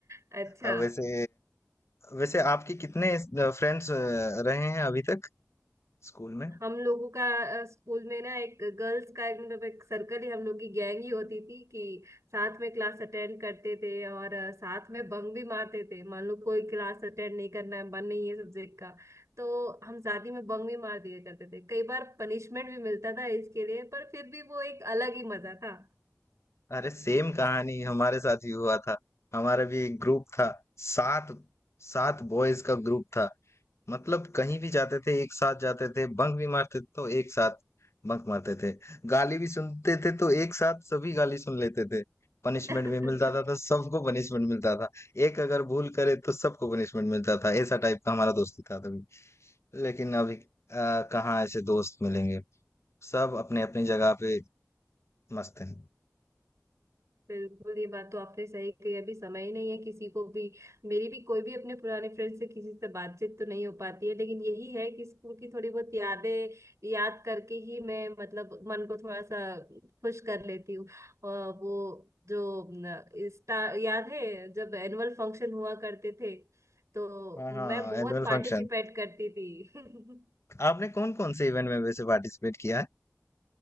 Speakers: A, on the right (about 80°); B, on the left (about 60°).
A: अच्छा
B: अब वैसे वैसे आपके कितने फ्रेंड्स रहे हैं अभी तक स्कूल में
A: हम लोगों का अ, स्कूल में ना एक गर्ल्स का एक मतलब एक सर्कल ही हम लोग की गैंग ही होती थी कि साथ में क्लास अटेंड करते थे और अ, साथ में बंक भी मारते थे मान लो कोई क्लास अटेंड नहीं करना है मन नहीं है सब्जेक्ट का तो हम साथ ही में बंक भी मार दिया करते थे कई बार पनिशमेंट भी मिलता था इसके लिए पर फिर भी वो एक अलग ही मजा था
B: अरे सेम कहानी हमारे साथ भी हुआ था हमारा भी एक ग्रुप था सात सात बॉयज का ग्रुप था मतलब कहीं भी जाते थे एक साथ जाते थे बंक भी मारते थे तो एक साथ बंक मारते थे गाली भी सुनते थे तो एक साथ सभी गाली सुन लेते थे पनिशमेंट
A: <laughs>
B: भी मिलता था तो सबको पनिशमेंट मिलता था एक अगर भूल करे तो सबको पनिशमेंट मिलता था ऐसा टाइप का हमारा दोस्ती था तभी लेकिन अभी आ, कहाँ ऐसे दोस्त मिलेंगे सब अपने अपनी जगह पे मस्त हैं
A: बिल्कुल ये बात तो आपने सही कही अभी समय ही नहीं है किसी को भी मेरी भी कोई भी अपने पुराने फ्रेंड से किसी से बातचीत तो नहीं हो पाती है लेकिन यही है कि स्कूल की थोड़ी बहुत यादें याद करके ही मैं मतलब मन को थोड़ा सा खुश कर लेती हूँ और वो जो न, स्टा- याद है जब एनुअल फंक्शन हुआ करते थे तो
B: हाँ हाँ
A: मैं बहुत
B: एनुअल
A: पार्टिसिपेट
B: फंक्शन
A: करती थी <laughs>
B: आपने कौन कौन से इवेंट में वैसे पार्टिसिपेट किया है